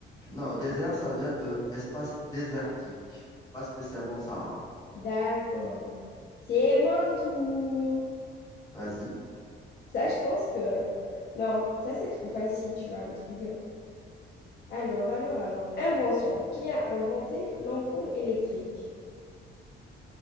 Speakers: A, on the left; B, on the left.
A: Non, désert, ça vient de espace désertique, pas spécialement Sahara.
B: D'accord. C'est mon tour.
A: Vas-y.
B: Ça, je pense que... Non, ça, c'est trop facile, tu vas le trouver. Alors, alors, alors, invention. Qui a inventé l'ampoule électrique?